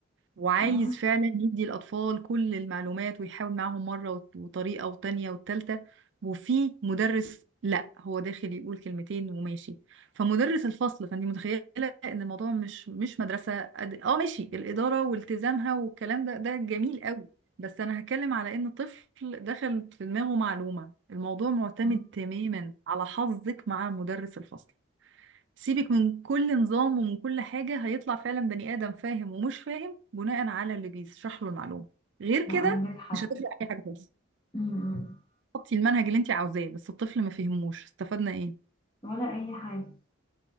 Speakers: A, on the right; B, on the left.
A: وعايز
B: اه
A: فعلا يدي الأطفال كل المعلومات ويحاول معاهم مرة وت- وطريقة وتانية والتالتة وفي مدرس لا هو داخل يقول كلمتين وماشي فمدرس الفصل فانت متخيلة ان الموضوع مش مش مدرسة قد اه ماشي الإدارة والتزامها والكلام ده ده جميل قوي بس انا هتكلم على ان طفل دخل في دماغه معلومة الموضوع معتمد
B: مم.
A: تماما على حظك مع مدرس الفصل سيبك من كل نظام ومن كل حاجة هيطلع فعلا بني آدم فاهم ومش فاهم بناء على اللي بيشرح له المعلومة غير
B: لا
A: كده
B: عندك حق
A: مش هتفرق أي حاجة خالص
B: امم
A: حطي المنهج اللي انت عاوزاه بس الطفل ما فهموش استفدنا ايه
B: ولا اي حاجه